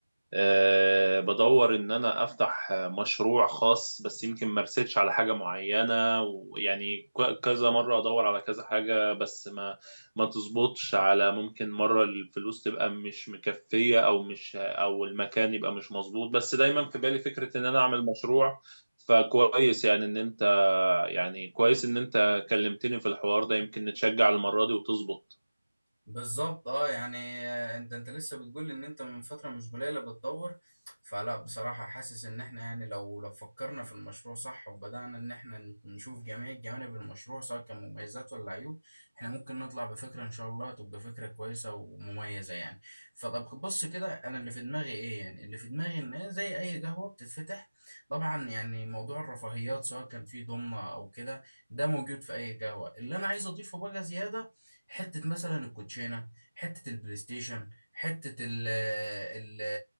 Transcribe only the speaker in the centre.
بالظبط اه يعني آه، انت انت لسه بتقول ان انت من فتره مش قليله بتدور فلا بصراحه حاسس ان احنا يعني لو لو فكرنا في المشروع صح وبدانا ان احنا ن- نشوف جميع جوانب المشروع سواء كان مميزات ولا عيوب احنا ممكن نطلع بفكره ان شاء الله تبقى فكره كويسه ومميزه يعني فطب بص كده انا اللي في دماغي ايه يعني اللي في دماغي ان هي زي اي قهوه بتتفتح طبعا يعني موضوع الرفاهيات سواء كان في ضمنه او كده ده موجود في اي قهوه اللي انا عايز اضيفه بقى زياده حته مثلا الكوتشينه حته البلاي ستيشن حته ال ال